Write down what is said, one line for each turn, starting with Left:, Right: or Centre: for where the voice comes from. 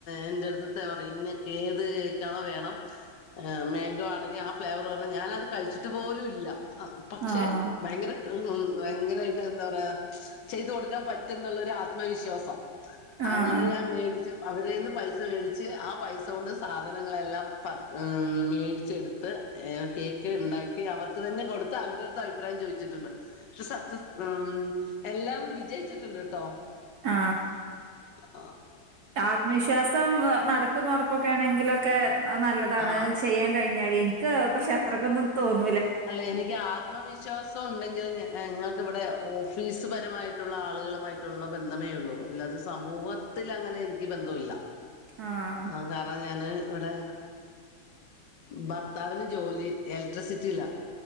Left: എന്റെ അടുത്ത് തെ പറയും ഇങ്ങക്ക് ഏത് കേക്കണോ വേണംഏ മാങ്കോ മാണെങ്കിൽ ആ ഫ്ലേവർ പറ ഞാനത് കഴിച്ചിട്ട് പോലും ഇല്ല പക്ഷെ
Right: ആഹ്
Left: ഭയങ്കര ഭയങ്കര എന്താ പറയാ ചെയ്ത് കൊടുക്കാൻ പറ്റും എന്നുള്ള ആശ ആത്മവിശ്വാസം
Right: ആഹ്
Left: അങ്ങനെ ഞാൻ മേടിച്ച അവരെൽ നിന്ന് പൈസ മേടിച്ച് ആ പൈസ കൊണ്ട് സാധനങ്ങളെല്ലാം മേടിച്ചെടുത്ത് കേക്ക് ഉണ്ടാക്കി അവർക്ക് തന്നെ കൊടുത്ത് അവരുടെ അടുത്ത് അഭിപ്രായം ചോദിച്ചിട്ടുണ്ട് പക്ഷെ സക്സസ് ഉം ഉം എല്ലാം വിജയിച്ചിട്ടുണ്ട് കേട്ടോ
Right: ആ
Left: ആ
Right: ആത്മവിശ്വാസം നടക്കുന്ന ഉറപ്പൊക്കൊണെങ്കിലൊക്കെ നല്ലതാണ്
Left: ആഹ്
Right: ചെയ്യാൻ കഴിഞ്ഞാല് എനിക്ക് പക്ഷെ അത്രയ്ക്കൊന്ന തോന്നുന്നു
Left: അല്ല എനിക്ക് ആത്മവിശ്വാസം ഉണ്ടെങ്കിലും ഞങ്ങൾ ക്ക് ഇവിടെ ഒ ഫീസ് പരമായിട്ടുള്ള ആളുകളുമായിട്ടുള്ള ബന്ധമേ ഉള്ളൂ അല്ലാതെ സമൂഹത്തിൽ അങ്ങനെ എനിക്ക് ബന്ധമില്ല
Right: ആഹ്
Left: ആ കാരണം ഞാന് ഇവിടെ ഭർത്താവിന് ജോലി ഇലക്ട്രിസിറ്റിയിലാ